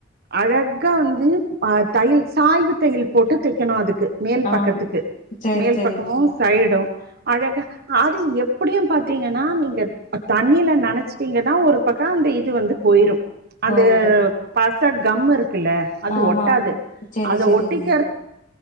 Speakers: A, on the right; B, on the left.
A: அழக் க்க வந்து ப தயில் சாய்வு தயில் போட்டு தெக்கணும் அதுக்கு மேல்
B: ஆம்
A: பக்கத்துக்கு
B: சரி
A: மேல்
B: சரிங்க
A: பக்கமு சைடும் அழக அது எப்புடியும் பாத்தீங்கனா நீங்க அ தண்ணில நனச்டீங்கனா ஒரு பக்கா அந்த இது வந்து போயிரும்
B: போயிரு
A: அந்து பாஸ் ச கம்மரு குல அது
B: ஆமா
A: ஒட்டாது
B: ஆம். சரி
A: அத
B: சரிங்க
A: ஒட்டிக்